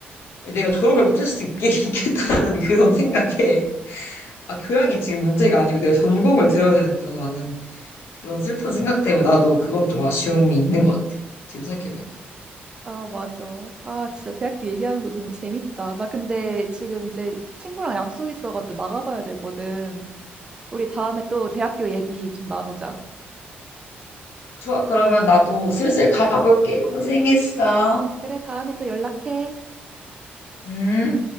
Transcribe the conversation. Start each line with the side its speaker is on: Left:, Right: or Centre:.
Left: 내가 졸업을 못할 수도 있겠- <laughs> 있겠다라는 그런 생각에 아 교양이 지금 문제가 아니고 내가 전공을 들어야 되는구나라는 그런 슬픈 생각 때문에 나도 그건 좀 아쉬움이 있는 것 같아. 지금 생각해보니까.
Right: 아, 맞아. 아, 진짜 대학교 얘기하는 거 너무 재밌다. 나 근데 지금 이제 친구랑 약속 있어가지고 나가봐야 되거든. 우리 다음에 또 대학교 얘기 좀 나누자.
Left: 좋아, 그러면 나도 슬슬 가볼게. 고생했어.
Right: 그래, 다음에 또 연락해.
Left: 음.